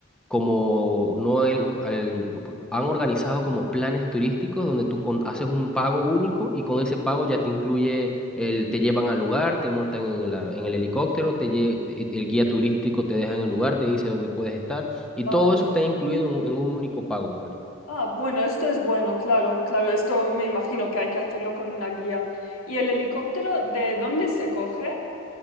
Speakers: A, in the centre; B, on the left.
A: como no el, el- no, pues, han organizado como planes turísticos donde tú con- haces un pago único y con ese pago ya te incluye el te llevan al lugar, te montan en la- en el helicóptero, te lle- el guía turístico te deja en el lugar, te dice dónde puedes estar y
B: Vale.
A: todo eso está incluido en, un en un único pago, pues.
B: Ah, bueno, esto es bueno, claro, claro, esto me imagino que hay que hacerlo con una guía. ¿Y el helicóptero de dónde se coge?